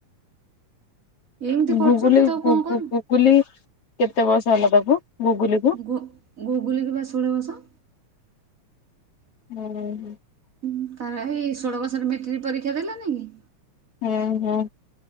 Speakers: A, on the right; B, on the left.
A: ଏମିତି କରୁଛୁ
B: ଗୁଗୁଲି
A: ଲୋ ତାକୁ
B: ପୁ-ପୁ-ପୁକୁଲି
A: କଣ କରିବୁ
B: କେତେ ବୟସ ହେଲା ତାକୁ ଗୁଗୁଲିକୁ?
A: ଗୁ ଗୁଗୁଲିକି ପା ଷୋଳ ବର୍ଷ।
B: ଉଁ ହୁଁ।
A: ହୁଁ ତାର ପା ହେଇ ଷୋଳ ବର୍ଷରେ ମେଟ୍ରିକ ପରୀକ୍ଷା ଦେଲାନେଇ କି?
B: ହୁଁ ହୁଁ।